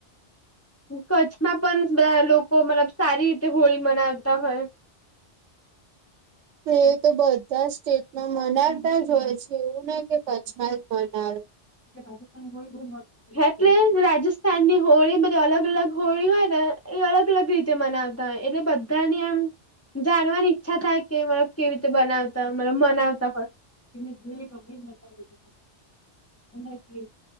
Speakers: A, on the left; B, on the right.
A: કચ્છમાં પણ બધા લોકો મતલબ સારી રીતે હોળી મનાવતા હોય
B: હ એ તો બધા સ્ટેટમાં મનાવતા જ હોય છે એવું નઈ કે કચ્છમાં જ મનાવે
A: રાજસ્થાન હોય <inaudible> એટલે રાજસ્થાનની હોળી બધી અલગ અલગ હોળી હોય ને એ અલગ અલગ રીત તે મનાવતા હોય એટલે બધાની આમ જાણવાની ઈચ્છા થાય કે મબ કેવી રીતે બનાવતા મતલબ બનાવતા હોય <inaudible> <inaudible>